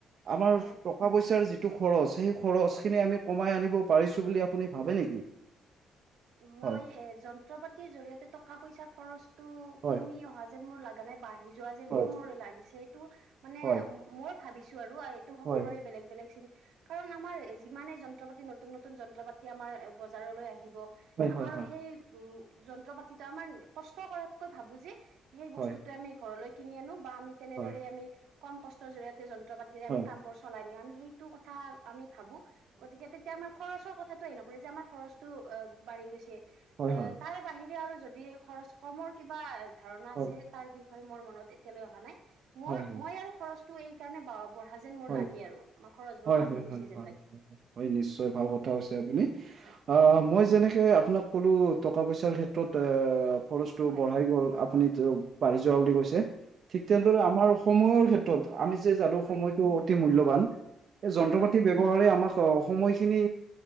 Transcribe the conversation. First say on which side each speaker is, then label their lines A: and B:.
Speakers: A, on the right (about 55°); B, on the right (about 75°).
A: আমাৰ
B: হয়
A: টকা পইচাৰ যি। খৰচ সেই খৰচ খিনি আমি কমাই আনিব পাৰিছো বুলি আপুনি ভাবে নেকি।
B: মই
A: হয়
B: এ যন্ত্ৰ পাতিৰ জৰিয়তে টকা পইচাৰ খৰচতটো
A: হয়
B: কমি অহা যেন মোৰ লগা নাই বাঢ়ি যোৱা যেনহে
A: হয়
B: মোৰ লাগিছে সটো মানে
A: হয়
B: মই ভাবিছো আৰু এইটো সকলোৰে
A: হয়
B: বেলেগ বেলেগ চা কাৰণ আমাৰ যিমানে যন্ত্ৰ পাতি নতুন নতুন যন্ত্ৰ পাতি আমাৰ বজাৰলৈ আহিব।
A: হয়
B: আমাৰ
A: হয় হয় হয়
B: সেই উম যন্ত্ৰ পাতিটো আমাৰ কষ্ট কৰাতকৈ ভাবো যে সেই বস্তু
A: হয়
B: আমি ঘৰলৈ কিনি আনো বা আমি তেনেদৰে
A: হয়
B: আমি কম কষ্টৰ জৰিয়তে যন্ত্ৰ পাতিৰে
A: হয়
B: আমি কাম বোৰ চলাই নিও আমি সেইটো কথা আমি ভাবো গতিকে তেতিয়া আমাৰ খৰচৰ কথাটো হে নপৰে যে আমাৰ খৰচটো অ বাঢ়ি গৈছে
A: হয়
B: এ
A: হয় হয়
B: তাৰ বাহিৰে আৰু যদি খৰচ কমৰ কিবা ধাৰণা
A: হয়
B: আছে তাৰ বিষয়ে মোৰ মনত এতিয়ালৈ অহা নাই মোৰ
A: হয়
B: মই আৰু খৰচটো এই কাৰণে ব। মোৰ
A: হয়
B: লাগে আৰু
A: হয় হয়
B: গৈছে
A: হয়
B: যেন লাগে
A: হয় নিশ্চয় ভাল কথা হৈছে আপুনি
B: হয়
A: আহ মই যেনেকে আপোনাক ক'লো টকা পইচাৰ ক্ষেত্ৰত এ খৰচটো
B: হয়
A: বঢ়াই গ'ল আপোনি বাঢ়ি যোৱা বুলি কৈছে ঠিক তেনেদৰে
B: হয়
A: আমাৰ সময়ৰ ক্ষেত্ৰত আমি যে জানো
B: হয়
A: সময়ত টো অতি মূল্যবান এই
B: হয়
A: যন্ত্ৰ
B: হয়
A: পাতি ব্যৱহাৰে আমাক সময়খিনি